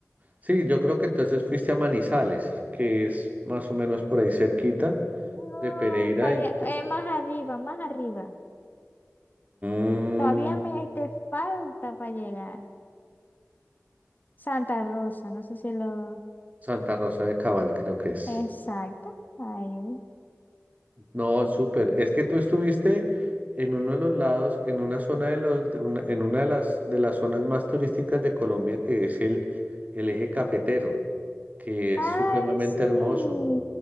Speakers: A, on the right; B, on the left.
A: sí, yo creo que entonces fuiste a Manizales, que es más o menos por ahí cerquita
B: No,
A: de Pereira
B: para
A: y
B: allá,
A: pues,
B: eh, más arriba, más arriba.
A: mm,
B: Todavía me te falta para llegar. Santa Rosa, no sé si lo...
A: Santa Rosa de Cabal, creo que es.
B: Exacto, ahí.
A: No, súper. Es que tú estuviste en uno de los lados, en una zona de los, de una, en una de las, de las zonas más turísticas de Colombia, que es el, el eje cafetero, que
B: Ay,
A: es supremamente
B: sí.
A: hermoso.